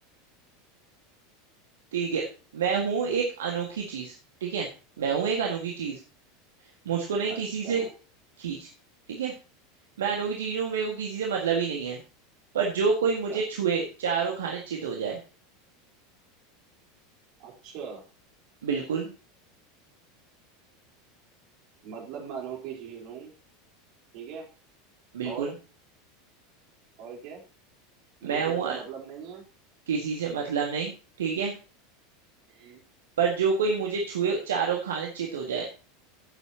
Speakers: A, on the right (about 65°); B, on the right (about 50°).
A: ठीक है मैं हूँ एक अनोखी चीज ठीक है मैं हूँ एक अनोखी चीज मुझको नहीं
B: अच्छा
A: किसी से खींच ठीक है मैं अनोखी चीज हूँ मेरे को किसी से मतलब ही नहीं है पर जो कोई
B: अच्छा
A: मुझे छुए चारों खाने चित हो जाए
B: अच्छा
A: बिल्कुल
B: मतलब मैं अनोखी चीज हूँ ठीक है
A: बिल्कुल
B: और और क्या मुझे
A: मैं
B: किसी
A: हूँ
B: से
A: अ-
B: मतलब नहीं है
A: किसी से मतलब नहीं ठीक है
B: हम्म।
A: पर जो कोई मुझे छुए चारों खाने चित हो जाए